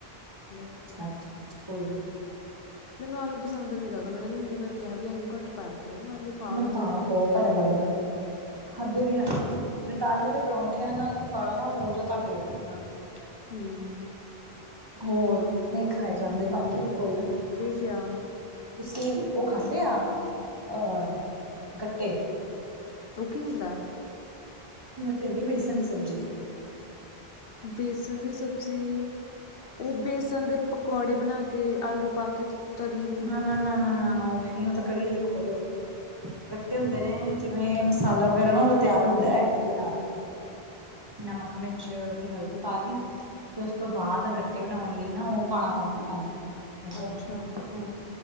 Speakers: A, on the left; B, on the right.
A: ਹੈ।
B: ਅੱਛਾ-ਅੱਛਾ-ਅੱਛਾ ਕੋਈ ਗੱਲ
A: ਮੈਨੂੰ ਆਲੂ ਪਸੰਦ ਨੀ ਜਾਦਾ ਮੈਂ ਏਨਾ ਨੂੰ ਏਨੀ ਵਾਰ ਕੇਹਾ ਵੀ ਆਲੂ ਕੱਟ ਪਾਯਾ ਕਰੋ, ਆਲੂ। ਪਾ
B: ਮੈਂਨੂੰ
A: ਦਿੰਦੇ
B: ਤਾਂ
A: ਨੇ
B: ਆਪ
A: ਇਨੇ
B: ਬੋਤ
A: ਨੇ
B: ਭੈੜਾ ਲੱਗਦੇ ਆ ਆਲੂ। ਖਾਧੇ ਵੀ ਆ, ਮੈਂਨੂੰ ਤਾ ਆਲੂ ਦੇ ਪਰੋਠਿਆਂ ਨਾਲ ਵੀ ਬਾੜਾ ਨਾ ਮੂੰਹ ਜੇਹਾ ਕੱਟ ਗਿਆ ਵਨ <unintelligible>
A: ਹੂੰ
B: ਹੋਰ, ਨਈ ਖਾਏ ਜਾਂਦੇ ਬਾਕੀ ਕੋਈ ਨਾ।
A: ਕੇਆ?
B: ਕਿ ਓ ਖਾਧੇ ਆ, ਅਹ। ਗੱਟੇ।
A: ਓ ਕੀ ਹੁੰਦਾ?
B: ਗੱਟੇਆ ਦੀ ਵੇਸਣ ਦੀ ਸਬਜ਼ੀ।
A: ਬੇਸਣ ਦੀ ਸਬਜ਼ੀ, ਓ ਬੇਸਣ ਦੇ ਪਕੌੜੇ ਬਣਾ ਕੇ ਕੇ ਆਲੂ ਪਾ ਕੇ ਤਰੀ ਨੂੰ
B: ਨਾ
A: ਵਿੱਚ
B: ਨਾ ਨਾ ਨਾ ਨਾ, ਉਵੇਂ ਨੀ ਓ ਤਾ ਕੜੀ ਆਲੇ ਪਕੌੜੇ ਹੋਗੇ। ਗੱਟੇ ਹੁੰਦੇ ਨੇ, ਜਿਵੇਂ ਮਸਾਲਾ ਵਗੈਰਾ ਨਾ, ਓਦਾ ਤਿਆਰ ਹੁੰਦੈ ਇਦੇ ਨਾਲ। ਨਮਕ, ਮਿਚ ਤੇ ਹਲਦੀ ਪਾ ਲੀ। ਤੇ ਉਸ ਤੋ ਬਾਅਦ ਗੱਟੇ ਬਨਾਉਣ ਲਈ ਨਾ, ਉਹ ਪਾਣਾ ਪਾਉਂ -ਪਾਉਂਦਾ, ਕੈਂਦੇ
A: ਅੱਛਾ
B: ਉਨੂੰ ਹੰ,